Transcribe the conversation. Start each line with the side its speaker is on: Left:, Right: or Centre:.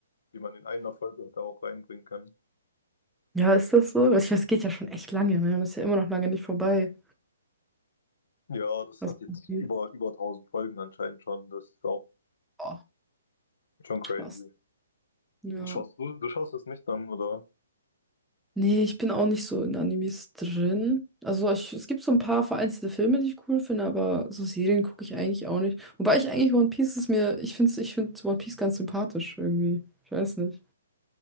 Left: die man in einer Folge da auch reinbringen kann.
Centre: Ja, ist das so? Ich weiß, es geht ja schon echt lange, ne? Das ist ja immer noch lange nicht vorbei.
Left: Ja, das
Centre: Also,
Left: hat jetzt
Centre: One Piece.
Left: über, über tausend Folgen anscheinend schon. Das ist auch
Centre: oh,
Left: schon crazy.
Centre: krass. Ja.
Left: Schaust du, du schaust das nicht an, oder?
Centre: Nee, ich bin auch nicht so in Animes drin. Also ich, es gibt so ein paar vereinzelte Filme, die ich cool finde, aber so Serien gucke ich eigentlich auch nicht. Wobei ich eigentlich One Piece ist mir, ich finde ich find One Piece ganz sympathisch irgendwie. Ich weiß nicht.